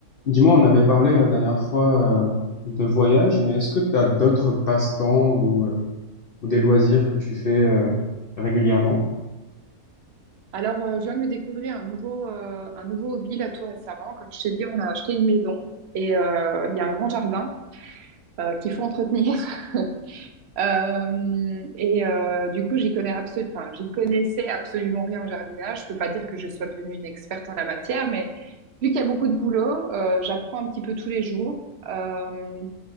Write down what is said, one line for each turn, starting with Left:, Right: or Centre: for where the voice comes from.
Left: Dis-moi, on avait parlé la dernière fois euh, de voyage, mais est-ce que tu as d'autres passe-temps ou, euh, ou des loisirs que tu fais euh, régulièrement?
Right: Alors, euh, je viens de me découvrir un nouveau, euh, un nouveau hobby là tout récemment. Comme je t'ai dit, on a acheté une maison et euh, il y a un grand jardin euh, qu'il faut entretenir. <laughs> Euh, et euh, du coup, j'y connais absolu- enfin, j'y connaissais absolument rien en jardinage. Je peux pas dire que je sois devenue une experte en la matière, mais vu qu'il y a beaucoup de boulot, euh, j'apprends un petit peu tous les jours. Euh,